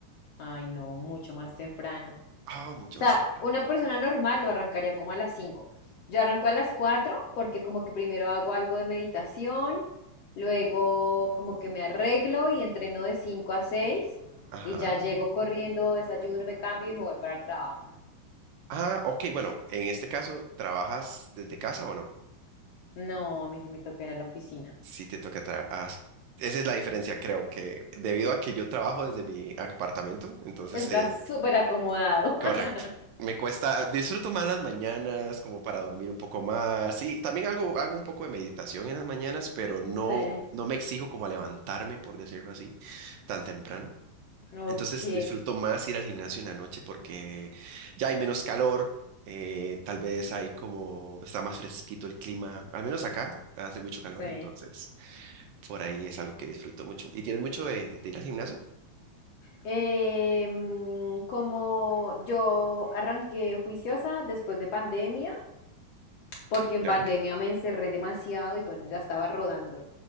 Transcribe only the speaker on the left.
Ay, no, mucho más temprano.
sea,
una persona normal lo arrancaría como a las 5. Yo arranco a las 4 porque como que primero hago algo de meditación, luego como que me arreglo y entreno de 5 a 6
y ya llego corriendo, desayuno, me cambio y me voy para el trabajo.
No, a mí sí me toca ir a la oficina.
Estás
súper acomodado.
<laughs>
Sí.
Ok,
sí.
Eh, mm, como yo arranqué juiciosa después de pandemia, porque en
pandemia me encerré demasiado y bueno, ya estaba rodando.